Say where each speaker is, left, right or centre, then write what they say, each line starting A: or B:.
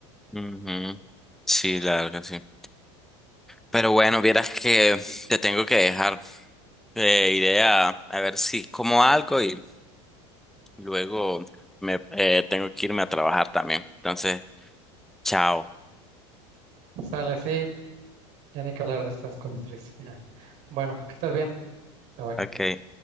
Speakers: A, in the centre; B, on the right.
A: Ujú. Sí, la verdad que sí. Pero bueno, vieras que te tengo que dejar. Eh, iré a, a ver si como algo y luego me eh, tengo que irme a trabajar también. Entonces, chao.
B: Sale, sí, ya ni que hablar de estas cosas tristes. Ya. Bueno, que estés bien. Bye, bye.
A: Ok.